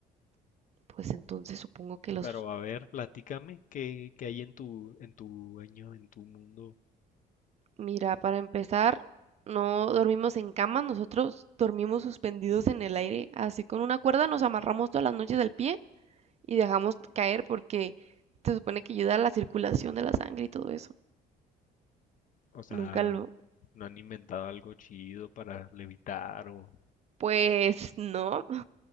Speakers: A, on the right (about 40°); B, on the left (about 50°).
A: Pues entonces supongo que los...
B: Pero a ver, platícame qué, qué hay en tu, en tu año, en tu mundo.
A: Mira, para empezar, no dormimos en cama, nosotros dormimos suspendidos en el aire, así con una cuerda nos amarramos todas las noches del pie y dejamos caer porque se supone que ayuda a la circulación de la sangre y todo eso.
B: O sea,
A: Nunca lo
B: ¿no han inventado algo chido para levitar o,
A: Pues no,